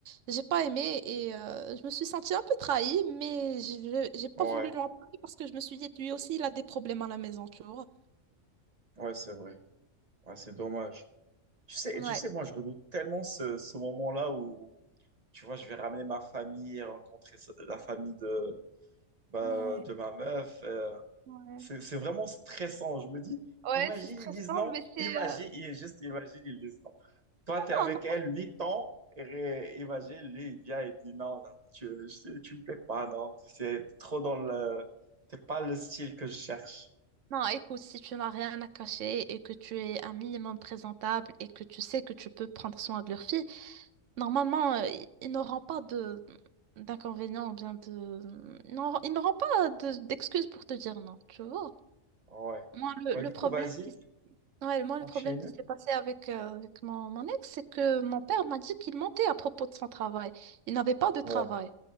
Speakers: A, on the right; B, on the right.
A: j'ai pas aimé et euh, je me suis sentie un peu trahie, mais je- j'ai pas
B: ouais,
A: voulu lui en parler parce que je me suis dit lui aussi il a des problèmes à la maison, tu vois.
B: ouais, c'est vrai. Ouais, c'est dommage. Tu sais,
A: Ouais,
B: tu sais, moi, je redoute tellement ce, ce moment-là où, tu vois, je vais ramener ma famille, rencontrer ce- la famille de, bah,
A: ouais,
B: de ma meuf. euh,
A: ouais.
B: C'est c'est vraiment stressant. Je me dis,
A: Ouais,
B: imagine,
A: c'est stressant,
B: ils disent non.
A: mais c'est...
B: Imagine,
A: euh,
B: il est juste imagine, ils disent non. Toi, tu es avec
A: Non,
B: elle
A: non.
B: 8 ans. Et imagine, lui, il vient et dit non, non, tu, je- tu me plais pas, non. C'est trop dans le. C'est pas le style que je cherche.
A: Non, écoute, si tu n'as rien à cacher et que tu es un minimum présentable et que tu sais que tu peux prendre soin de leur fille, normalement, euh, i- ils n'auront pas de d'inconvénients ou bien de... Ils n'auront ils n'auront pas de- d'excuses pour te dire non, tu vois.
B: Ouais.
A: Moi, le,
B: Bah,
A: le
B: du
A: problème
B: coup, vas-y,
A: qui... s- ouais, moi,
B: continue.
A: le problème qui s'est passé avec, euh, avec mon, mon ex, c'est que mon père m'a dit qu'il mentait à propos de son travail. Il n'avait pas de travail.
B: Ouais.